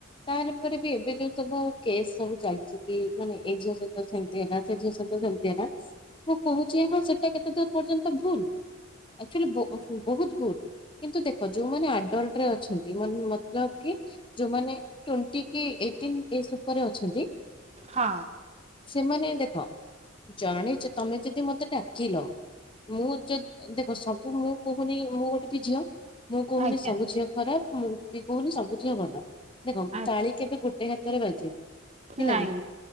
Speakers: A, on the left; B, on the right.
A: ତାହେଲା ପରେ ବି ଏବେ ଯୋଉ ସବୁ କେସ୍ ସବୁ ଚାଲିଛି କି ମାନେ ଏଇ ଝିଅ ସହିତ ସେମତି ହେଲା ସେ ଝିଅ ସହିତ ସେମିତି ହେଲା ମୁଁ କହୁଛି ହଁ ସେଟା କେତେ ଦୂର ପର୍ଯ୍ୟନ୍ତ ଭୁଲ ଆକଚୋଲି ବହୁତ ଭୁଲ କିନ୍ତୁ ଦେଖ ଯୋଉମାନେ ଆ ଡଲ୍ଟରେ ଅଛନ୍ତି ମାନେ ମତଲବ କି ଯୋଉମାନେ ଟୋଣ୍ଟି କି ଏଇଟିନ ଏଜ୍ ଉପରେ ଅଛନ୍ତି
B: ହଁ।
A: ସେମାନେ ଦେଖ ଜଣେ ଯେ ତମେ ଯଦି ମତେ ଡାକିଲ ମୁଁ ଜ ଦେଖ ସବୁ ମୁଁ କହୁନି ମୁଁ ଗୋଟେ ବି ଝିଅ ମୁଁ କହୁନି
B: ଆଜ୍ଞା।
A: ସବୁ ଝିଅ ଖରାପ ମୁଁ ବିି କହୁନି ସବୁଝିଅ ଭଲ। ଦେଖନ୍ତୁ
B: ଆ
A: ତାଳି କେବେ ଗୋଟେ ଗୋଟେ ହାତରେ ବାଜେନି ହେଲା
B: ନାଇଁ
A: କି